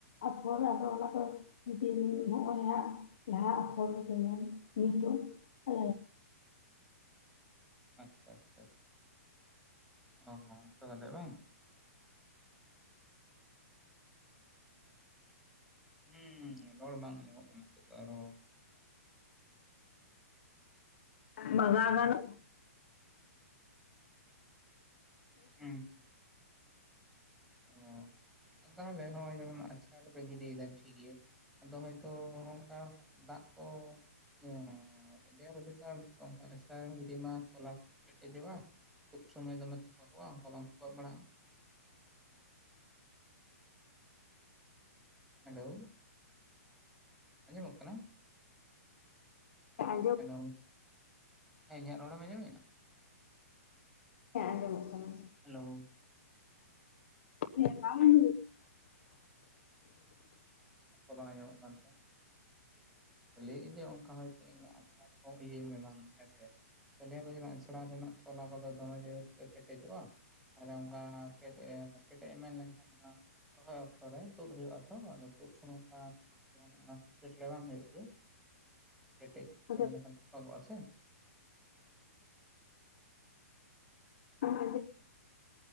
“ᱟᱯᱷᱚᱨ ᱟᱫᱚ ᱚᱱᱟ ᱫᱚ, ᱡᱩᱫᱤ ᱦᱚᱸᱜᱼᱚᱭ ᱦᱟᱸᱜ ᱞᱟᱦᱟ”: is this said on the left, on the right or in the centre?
Left